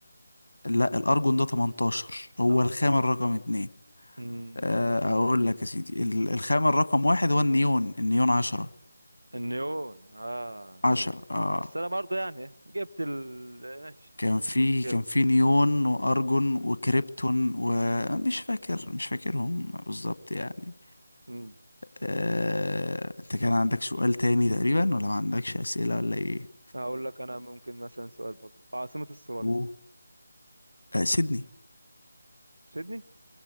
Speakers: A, on the left; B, on the right.
A: لا الأرجون ده 18 هو
B: اه
A: الخامل رقم اتنين
B: مم.
A: آه، اقول لك يا سيدي ال- الخامة الرقم واحد هو النيون النيون عشرة
B: النيون اه
A: عشرة اه
B: بس انا برضه يعني جبت ال ماشي
A: كان في
B: مش مشكلة
A: كان في نيون وارجون وكريبتون ومش فاكر مش فاكرهم بالظبط يعني
B: مم.
A: آه، انت كان عندك سؤال تاني تقريبا ولا ما عندكش اسئلة ولا ايه
B: هقول لك انا ممكن مثلا سؤال برضه عاصمة استراليا
A: أوه. آه، سيدني
B: سيدني